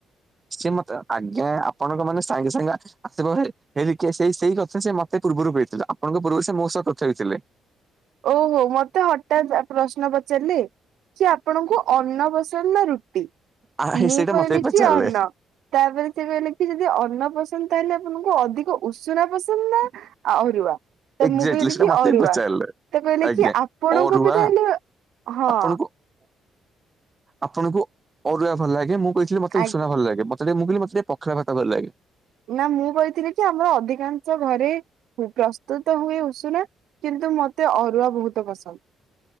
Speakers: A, on the right; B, on the right.
A: ସିଏ ମତେ ଆଜ୍ଞା ଆପଣଙ୍କ ମାନେ ସାଙ୍ଗେ ସାଙ୍ଗେ ଆସିବ ହେଇ ସେ ସେଇ କଥା ସେ ମତେ ପୂର୍ବରୁ କହିଥିଲା ଆପଣଙ୍କ ପୂର୍ବରୁ ସେ ମୋ ସହ କଥା ହେଇଥିଲେ।
B: ଓହୋ ମତେ ହଠାତ୍ ପ୍ରଶ୍ନ ପଚାରିଲେ? କି ଆପଣଙ୍କୁ ଅନ୍ନ ପସନ୍ଦ ନା ରୁଟି
A: ଆ ହେ
B: ମୁଁ
A: ସେଇଟା
B: କହିଲି
A: ମତେ ବି ପଚାରିଲେ
B: କି ଅନ୍ନ। ତାପରେ ସେ କହିଲେ କି ଯଦି ଅନ୍ନ ପସନ୍ଦ ତାହେଲେ ଆପଣଙ୍କୁ ଅଧିକ ଉଷୁନା ପସନ୍ଦ ନା ଆ ଅରୁଆ ତ
A: ଏକ୍ଜାକ୍ଟଲି
B: ମୁଁ କହିଲି
A: ସେଇଟା
B: କି
A: ମତେ
B: ଅରୁଆ।
A: ବି ପଚାରିଲେ
B: ତ କହିଲେ
A: ଆଜ୍ଞା।
B: କି ଆପଣଙ୍କୁ
A: ଅରୁଆ
B: ବି ତାହଲେ ହଁ।
A: ଆପଣଙ୍କୁ ଆପଣଙ୍କୁ ଅରୁଆ ଭଲ ଲାଗେ ମୁଁ କହିଥିଲି ମତେ
B: ଆଜ୍ଞା
A: ଉଷୁନା ଭଲ ଲାଗେ। <unintelligible> ମୁଁ କହିଲି ମୋତେ ଟିକେ ପଖାଳ ଭାତ ଭଲ ଲାଗେ।
B: ନା ମୁଁ କହିଥିଲି କି ଆମର ଅଧିକାଂଶ ଘରେ ପ୍ରସ୍ତୁତ ହୁଏ ଉଷୁନା। କିନ୍ତୁ ମତେ ଅରୁଆ ବହୁତ ପସନ୍ଦ।